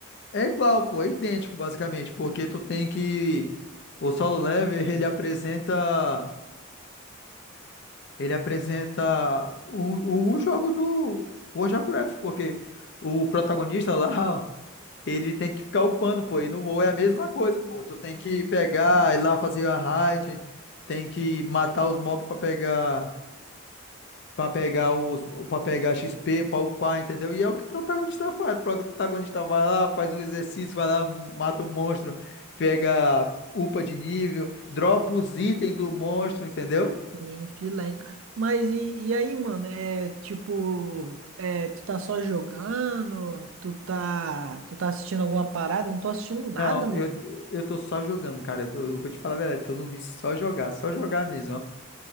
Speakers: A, on the left (about 55°); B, on the right (about 70°).
A: É igual, pô, é idêntico basicamente, porque tu tem que o solo level, ele apresenta ele apresenta o, o jogo do World of Warcraft, porque o protagonista lá, <laughs> ele tem que ficar upando, pô, e no WoW é a mesma coisa, pô. Tu tem que pegar, ir lá fazer a raid, tem que matar os mobs pra pegar Pra pegar os, para pegar XP, pra upar, entendeu? E é o que o protagonista faz. O protagonista vai lá, faz um exercício, vai lá, mata um monstro, pega upa de nível, dropa os itens do monstro, entendeu?
B: Sim, filé. então. Mas e, e aí, mano? É tipo, é, tu tá só jogando? Tu tá, tu tá assistindo alguma parada? Eu não tô assistindo nada,
A: Não,
B: mano.
A: eu, eu tô só jogando, cara. Eu, tô- eu vou te falar a verdade, tô no vício só jogar, só jogar mesmo, ó.